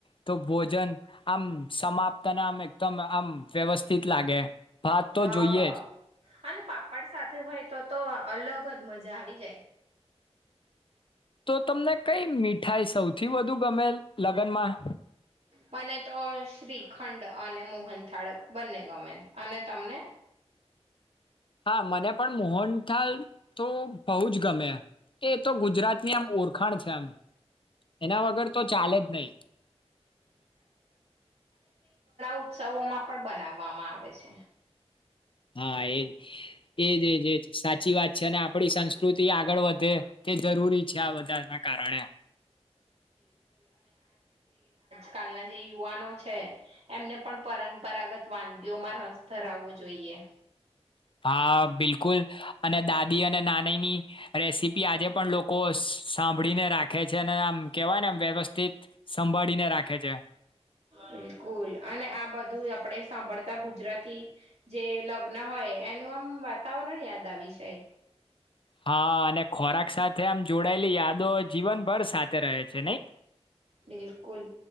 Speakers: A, on the left; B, on the right.
A: તો ભોજન આમ સમાપ્ત ના આમ એકદમ આમ વ્યવસ્થિત લાગે ભાત
B: હા
A: તો જોઈએ જ
B: અને પાપડ સાથે હોય તો તો અલગ જ મજા આવી જાય
A: તો તમને કઈ મીઠાઈ સૌથી વધુ ગમે લગનમાં
B: મને તો શ્રીખંડ અને મોહન થાળ બંને ગમે અને તમને
A: હા મને પણ મોહનથાલ તો બહુજ ગમે એ તો ગુજરાતની આમ ઓરખાણ છે આમ
B: <inaudible>
A: એના વગર તો ચાલે જ નહી
B: ઉત્સવોમાં પણ બનાવવામાં આવે છે.
A: હા એજ એજ એજજ સાચી વાત છે અને આપડી સંસ્કૃતિ આગળ વધે કે જરૂરી છે આ બધા ના કારણે
B: કલના જે યુવાનો છે એમને પણ પરંપરાગત વાનગીઓમાં રસ ધરાવવો જોઈએ.
A: હા બિલકુલ અને દાદી અને નાનીની રેસીપી આજે પણ લોકો સાંભળીને રાખે છે અને આમ કહેવાય ને આમ વ્યવસ્થિત સંભાળીને રાખે છે
B: બિલકુલ અને આ બધું આપણે સાંભળતા ગુજરાતી જે લગ્ન હોય એનું આમ વાતાવરણ યાદ આવી જાય
A: હા અને ખોરાક સાથે આમ જોડાયેલી યાદો જીવનભર સાથે રહે છે નહી
B: બિલકુલ